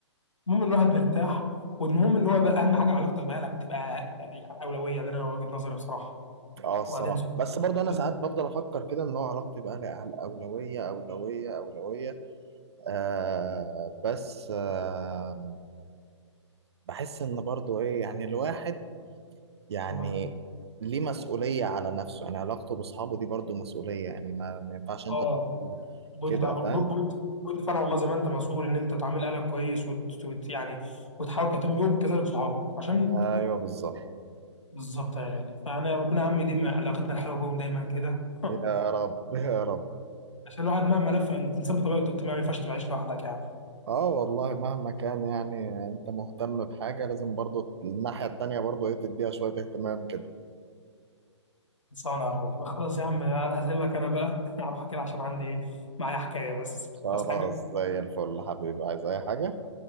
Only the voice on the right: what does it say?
اه الصراحة
بس برضه انا
ساعات بفضل افكر كده ان هو علاقتي باهلي أهل- اولوية اولوية اولوية آه بس آه بحس ان برضه ايه يعني الواحد يعني
ليه مسؤولية على نفسه يعني علاقته باصحابه دي برضه مسؤولية يعني ما, ما ينفعش انت
تقول
كده
فاهم
ايوه بالظبط
يا رب يا رب
اه والله مهما كان يعني انت مهتم بحاجة لازم برضو الناحية التانية برضو ايه تديها شوية اهتمام كده
خلاص
زي الفل حبيبي عايز اي حاجة